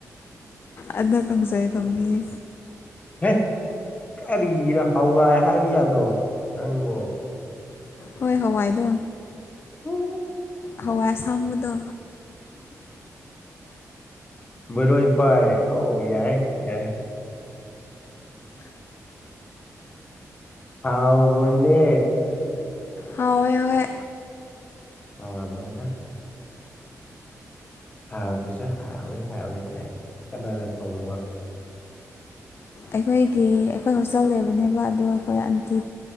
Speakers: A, on the left; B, on the left.
A: ꯑꯗꯣ ꯀꯥꯡꯁꯣꯏ ꯊꯣꯡꯕꯤꯌꯦ
B: ꯍꯦ ꯀꯔꯤꯔ ꯍꯥꯋꯥꯏ ꯍꯥꯏꯕ ꯌꯥꯗ꯭ꯔꯣ ꯅꯪꯕꯣ
A: ꯍꯣꯏ ꯍꯋꯥꯏꯗꯣ
B: ꯎꯝ
A: ꯍꯋꯥꯏ ꯑꯁꯥꯡꯕꯗꯣ
B: ꯕꯤꯔꯣꯏꯄꯥꯏ ꯑꯣ ꯌꯥꯏ ꯌꯥꯏ ꯍꯥꯎꯕꯅꯦ
A: ꯍꯥꯎꯋꯦ ꯍꯣꯏ
B: ꯍꯥꯎꯔꯝꯃꯣꯏꯗ ꯍꯥꯎꯗꯁꯨ ꯍꯥꯎꯋꯦ ꯍꯥꯎꯋꯦ ꯒꯥꯏꯅ ꯀꯅꯥꯅ ꯊꯣꯡꯕ
A: ꯑꯩꯈꯣꯏꯒꯤ ꯑꯩꯈꯣꯏ ꯍꯣꯁꯇꯦꯜ ꯂꯩꯕꯅꯦꯕ ꯑꯗꯣ ꯑꯩꯈꯣꯏ ꯑꯟꯇꯤ